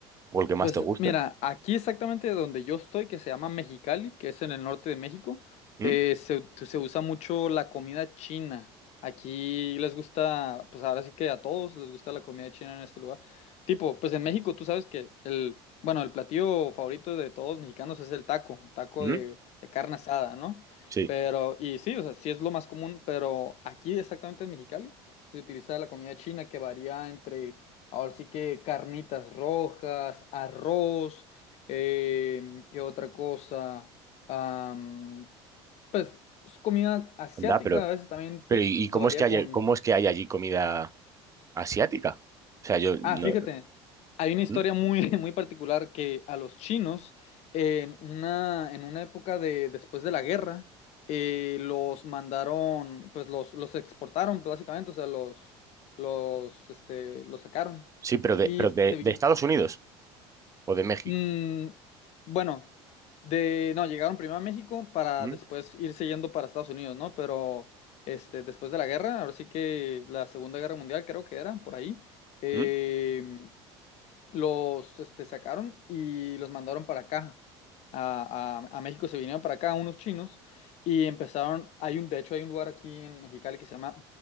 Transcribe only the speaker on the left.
Pues
mira, aquí exactamente donde yo estoy, que se llama Mexicali, que es en el norte de México,
eh, se, se usa mucho la comida china. Aquí les gusta, pues ahora sí que a todos les gusta la comida china en este lugar. Tipo, pues en México tú sabes que el, bueno, el platillo favorito de todos los mexicanos es el taco, taco
de, de carne asada, ¿no?
Pero, y sí, o sea, sí es lo más común, pero aquí exactamente en Mexicali se utiliza la comida china que varía entre... Ahora sí que carnitas rojas, arroz, eh, ¿qué otra cosa? Am, pues es comida asiática
a veces también se,
se-
se varía
con...
Ah, fíjate, hay una historia
muy, <laughs> muy particular que a los chinos, en una, en una época de, después de la guerra, eh, los mandaron, pues los, los exportaron básicamente, o sea, los, los, este, los sacaron.
Y
se,
Mm, bueno, de no, llegaron primero a México para
después irse yendo para Estados Unidos, ¿no? Pero este, después de la guerra, ahora sí que la Segunda Guerra Mundial creo que era, por ahí, eh,
los este, sacaron y los mandaron para acá. A, a- a México se vinieron para acá unos chinos y empezaron, hay un, de hecho hay un lugar aquí en Mexicali que se llama